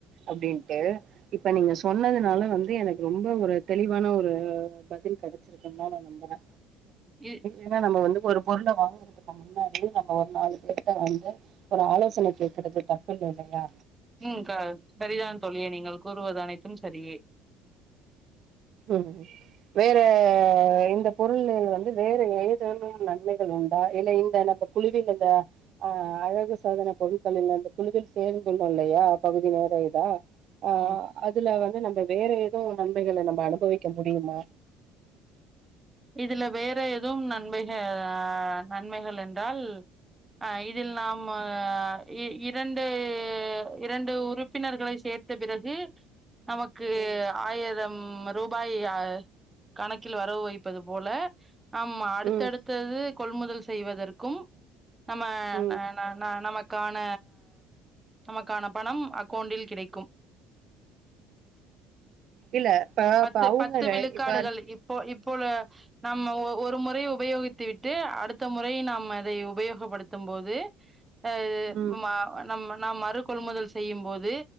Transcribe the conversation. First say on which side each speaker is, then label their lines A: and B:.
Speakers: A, on the right; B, on the right.
A: அப்டின்ட்டு இப்ப நீங்க சொன்னதுனால வந்து எனக்கு ரொம்ப ஒரு தெளிவான ஒரு பதில் கெடச்சிருக்குன் தா நா நம்புற
B: இ
A: ஏன்னா நம்ம வந்து ஒரு பொருள வாங்கற துக்கு முன்னாடி நம்ப ஒரு நாலு பேருட்ட வந்து ஒரு ஆலோசன கேக்குறது தப்பில்ல இல்லயா
B: ம் க சரிதா தோழியே நீங்கள் கூறுவது அனைத்தும் சரியே
A: ம் ம் வேற இந்த பொருள்லள் வந்து வேற ஏதேனும் நன்மைகள் உண்டா இல்ல இந்த நம்ப குழுவினங்க அ அழகு சாதன பொருட்கள்லெல்லா அந்த குழுவில் சேந்துணு இல்லயா பகுதி நேர இதா ஆ
B: ம்
A: அதுல வந்து நம்ப வேற ஏது நன்மைகள நம்ப அனுபவிக்க முடியுமா
B: இதுல வேற எதும் நன்மைக நன்மைகள் என்றால் ஆ இதில் நாம்ம இ இரண்டு இரண்டு உறுப்பினர்களை சேத்த பிறகு நமக் கு
A: ம்.
B: ஆயிரம் ருபாய் அ கணக்கில் வரவு வைப்பது போல ஆமா அடுத்தடுத்தது
A: ம்,
B: கொள்முதல் செய்வதற்கும் நம்ம
A: ம்.
B: ந ந ந நமக்கான நமக்கான பணம் அக்கவுண்டில் கிடைக்கும்
A: இல்ல ப்ப
B: பத்து
A: அவுங்க
B: பத்து
A: ர
B: விழுக்காடுகள்
A: இப்ப
B: இப்போ இப்போ நா நம்ம ஒரு முறை உபயோகித்து விட்டு அடுத்த முறை நம் அதை உபயோகப்படுத்தும் போது
A: <inaudible>
B: அது
A: ம்,
B: ம நம் நாம் மறு கொள்முதல் செய்யும் போது